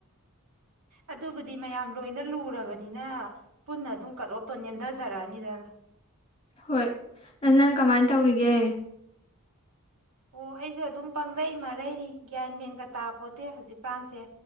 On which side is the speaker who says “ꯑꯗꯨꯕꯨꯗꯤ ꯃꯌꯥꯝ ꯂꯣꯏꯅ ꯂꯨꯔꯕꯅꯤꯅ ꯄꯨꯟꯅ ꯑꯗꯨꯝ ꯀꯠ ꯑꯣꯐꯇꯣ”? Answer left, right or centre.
Right